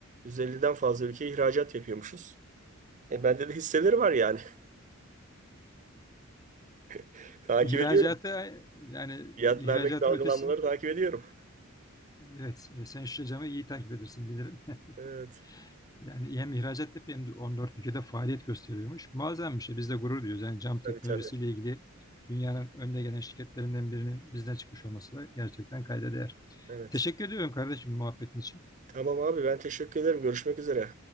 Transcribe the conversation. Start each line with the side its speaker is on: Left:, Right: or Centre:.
Right: 150'den fazla ülkeye ihracat yapıyormuşuz. E bende de hisseleri var yani. <laughs> Takip
Left: İhracata
Right: ediyorum.
Left: yani
Right: Fiyatlardaki
Left: ihracatın
Right: dalgalanmaları
Left: ötesi
Right: takip ediyorum.
Left: evet sen Şişecam'ı iyi takip edersin bilirim. <laughs>
Right: Evet.
Left: Yani hem ihracat yapıyor hem de 14 ülkede faaliyet gösteriyormuş. Muazzam bir şey. Biz de gurur duyuyoruz. Yani cam teknolojisiyle
Right: Tabii tabii.
Left: ilgili dünyanın önde gelen şirketlerinden birinin bizden çıkmış olması da gerçekten kayda değer.
Right: Evet.
Left: Teşekkür ediyorum kardeşim muhabbetin için.
Right: Tamam abi ben teşekkür ederim. Görüşmek üzere.